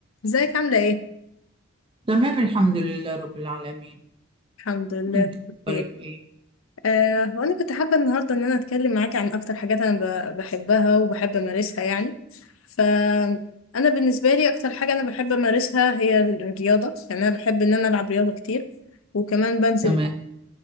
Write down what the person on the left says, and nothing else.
ازيك عاملة ايه؟
الحمد لله
بخير
آه وانا كنت حابة النهاردة ان انا اتكلم معاكي عن اكتر حاجات انا ب- بحبها وبحب امارسها يعني ف انا بالنسبة لي اكتر حاجة انا بحب امارسها هي الرياضة يعني انا بحب ان انا العب رياضة كتير وكمان بنزل